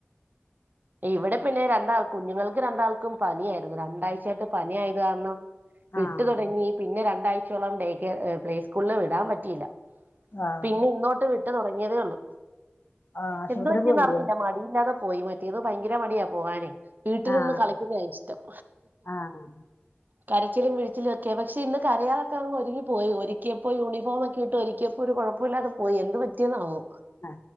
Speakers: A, on the right (about 45°); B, on the left (about 55°).
A: ഇവിടെ പിന്നെ രണ്ടാൾക്കും കുഞ്ഞുങ്ങൾക്ക് രണ്ടാൾക്കും പനിയായിരുന്നു. രണ്ടാഴ്ചയായിട്ട് പനിയായത് കാരണം. വിട്ടു
B: ആഹ്
A: തൊടങ്ങി പിന്നെ രണ്ടാഴ്ചയോളം ഡേക്കെ പ്ലേ സ്കൂളില് വിടാൻ പറ്റിയില്ല.
B: ആഹ്
A: പിന്നെ ഇന്നോട്ട് വിട്ട് തൊടങ്ങിയതേ ഒള്ളു.
B: ആഹ് ആശുപത്രി
A: എന്ത് പറ്റി
B: പോയില്ലേ
A: എന്ന് അറിഞ്ഞില്ല മടിയില്ലാതെ പോയി മറ്റേത് ഭയങ്കര മടിയാ പോകാനെ. വീട്ടിൽ
B: ആഹ്
A: നിന്ന് കളിക്കുന്ന്യെ ഇഷ്ടം.
B: ആഹ്
A: കരച്ചിലും വിഴിച്ചിലും ഒക്കെ പക്ഷേ ഇന്ന് കരയാതെ ഒക്കെ അങ്ങ് ഒരുങ്ങി പോയി. ഒരിക്കി അപ്പോ യൂണിഫോമൊക്കെ ഇട്ട് ഒരിക്ക്. ഒരു കൊഴപ്പം ഇല്ലാതെ പോയി എന്ത് പറ്റിയന്നാ ആവോ.
B: ആ